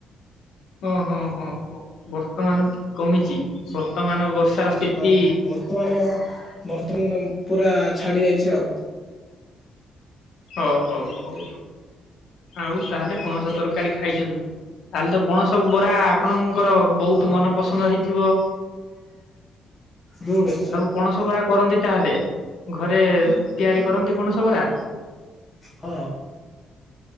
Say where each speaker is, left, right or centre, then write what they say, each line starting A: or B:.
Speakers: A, on the left; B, on the left.
A: ହଁ-ହଁ-ହଁ ବର୍ତ୍ତମାନ କମିଚି ବର୍ତ୍ତମାନ ବର୍ଷାର ସ୍ଥିତି
B: ହଁ ବର୍ତ୍ତମାନ-ବର୍ତ୍ତମାନ ପୁରା ଛାଡି ଯାଇଛି ଆଉ।
A: ହଁ ହଉ-ହଉ। ଆଉ ତାହେଲେ ପଣସ ତରକାରୀ ଖାଇଚନ୍ତି, ତାହେଲେ ତ ପଣସ ବରା ଆପଣଙ୍କର ବହୁତ୍
B: ହଁ
A: ମନ ପସନ୍ଦ ହେଇଥିବ।
B: ମୁଁ ନିଶ୍ଚୟ।
A: ପଣସବରା କରନ୍ତି ତାହେଲେ, ଘରେ ତିଆରି କରନ୍ତି ପଣସବରା?
B: ହଁ।